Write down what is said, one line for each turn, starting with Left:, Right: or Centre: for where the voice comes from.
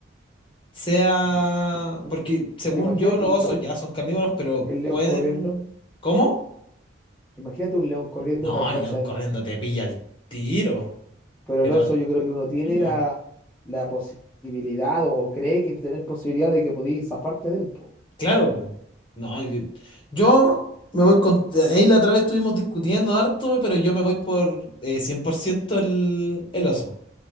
Left: sea.
Centre: Yo- ¿sí?
Left: Porque según
Centre: porque imagínate
Left: yo, los
Centre: el león,
Left: osos ya son carnívoros, pero
Centre: el león
Left: pueden.
Centre: corriendo,
Left: ¿Cómo?
Centre: imagínate un león corriendo
Left: No,
Centre: te alcanza
Left: el león corriendo
Centre: en...
Left: te pilla al tiro.
Centre: Pero
Left: Pero
Centre: el oso
Left: al
Centre: yo creo que uno tiene
Left: tiro.
Centre: la, la posibilidad o, o cree que tener posibilidad de que podías zafarte del po.
Left: Claro, po. no, yo, yo me voy con... Ahí la otra vez estuvimos discutiendo harto, pero yo me voy por eh, 100% el, el oso.